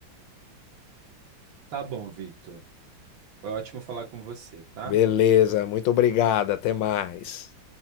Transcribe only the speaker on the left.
Beleza, muito obrigado. Até mais.